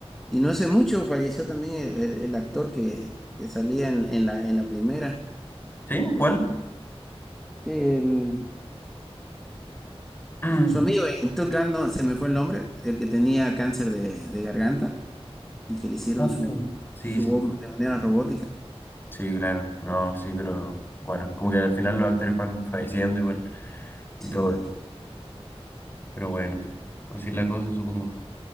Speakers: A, in the centre; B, on the left (about 20°).
A: y no hace mucho falleció también el, el- el actor que, que salía en, en la, en la primera,
B: ¿Sí?
A: por
B: ¿Cuál?
A: el, el-
B: <clears throat>
A: su amigo, en Top Gun, no, se me fue el nombre, el que tenía cáncer de, de garganta y que le hicieron
B: Ah,
A: su,
B: Sí,
A: su
B: sí,
A: voz de manera robótica.
B: sí, claro. No, sí, pero bueno, como que al final los actores van falleciendo igual y
A: Sí,
B: todo. Pero bueno, así es la cosa, supongo.